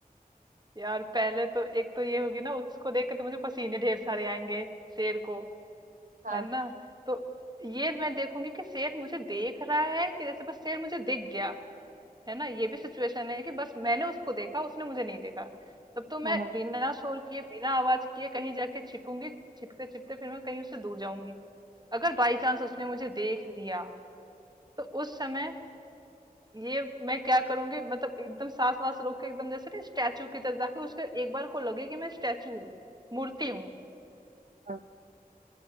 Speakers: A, on the right; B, on the right.
A: यार पहले तो एक तो ये होगी ना उसको देख के तो मुझे पसीने ढेर सारे आएंगे शेर को
B: हाँ
A: है ना तो ये मैं देखूंगी कि शेर मुझे देख रहा है कि जैसे बस शेर मुझे दिख गया है ना ये भी सिचुएशन है कि बस मैंने उसको देखा उसने मुझे नहीं देखा तब तो मैं
B: हाँ हाँ
A: बिना शोर किए बिना आवाज किए कहीं जाके छिपूंगी छिपते छिपते फिर मैं कहीं उससे दूर जाऊंगी अगर बाई चांस उसने मुझे देख लिया तो उस समय ये मैं क्या करूंगी मतलब एकदम सांस वास रोक के एकदम जैसे ना स्टैचू की तरफ जाके उसके एक बार को लगे कि मैं स्टैचू हूँ मूर्ति हूँ
B: हाँ,